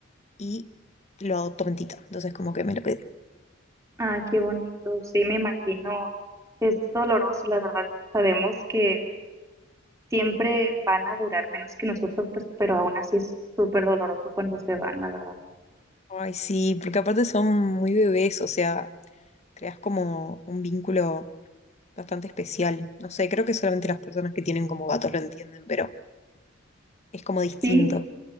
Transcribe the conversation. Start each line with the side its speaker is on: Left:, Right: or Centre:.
Left: y lo adoptó mentita. Entonces, como que me lo quedé
Right: Ah, qué bonito. Sí, me imagino. Es doloroso, la verdad. Sabemos que siempre van a durar menos que nosotros, pues, pero aún así es súper doloroso cuando se van, la verdad.
Left: Ay, sí, porque aparte son muy bebés, o sea, creas como un vínculo bastante especial. No sé, creo que solamente las personas que tienen como gatos lo entienden, pero es como distinto.
Right: Sí,